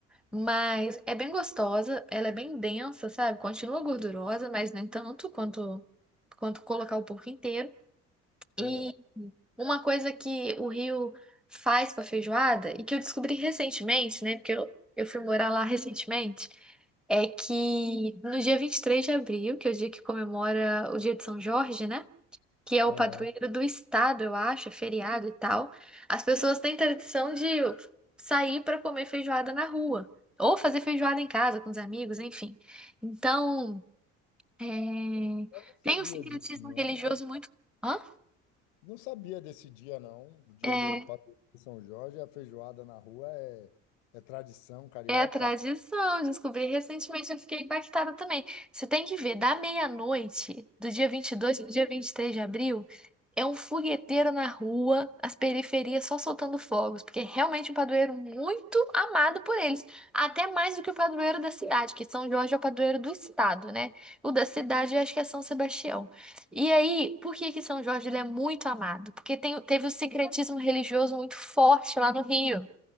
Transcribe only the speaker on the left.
é,
É,
eu não sabia
disso, não.
Deve-
Não sabia desse dia, não. O dia
do padroeiro de São Jorge, a feijoada na rua é, é tradição carioca?